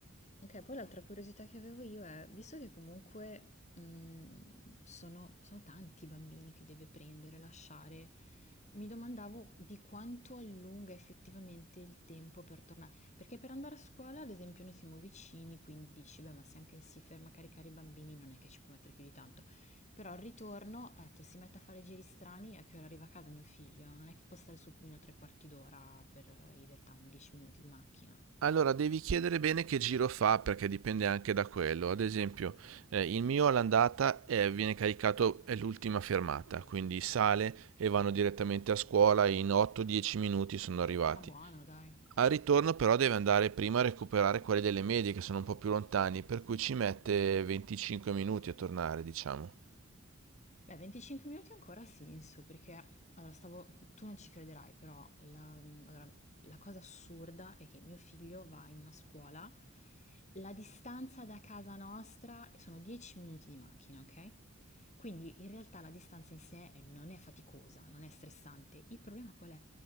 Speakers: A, on the left; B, on the right.
A: Ok, poi l'altra curiosità che avevo io è, visto che comunque mh, sono, sono tanti i bambini che deve prendere, lasciare, mi domandavo di quanto allunga effettivamente il tempo per tornare. Perché per andare a scuola, ad esempio, noi siamo vicini, quindi dici, beh, ma se anche si ferma a caricare i bambini non è che ci può mettere più di tanto. Però al ritorno, ho detto, si mette a fare giri strani, a che ora arriva a casa mio figlio? Non è che può stare sul pulmino tre quarti d'ora per eh, in realtà un 10 minuti di macchina.
B: Allora, devi chiedere bene che giro fa, perché dipende anche da quello. Ad esempio, eh, il mio all'andata eh, viene caricato, è l'ultima fermata, quindi sale e vanno direttamente a scuola, in 8-10 minuti sono arrivati.
A: Ah, buono, dai.
B: Al ritorno però deve andare prima a recuperare quelli delle medie che sono un po' più lontani, per cui ci mette 25 minuti a tornare, diciamo.
A: Beh, 25 minuti ancora ha senso, perché allora stavo, tu non ci crederai, però la, allora, la cosa assurda è che mio figlio va in una scuola, la distanza da casa nostra sono 10 minuti di macchina, ok? Quindi in realtà la distanza in sé non è faticosa, non è stressante. Il problema qual è?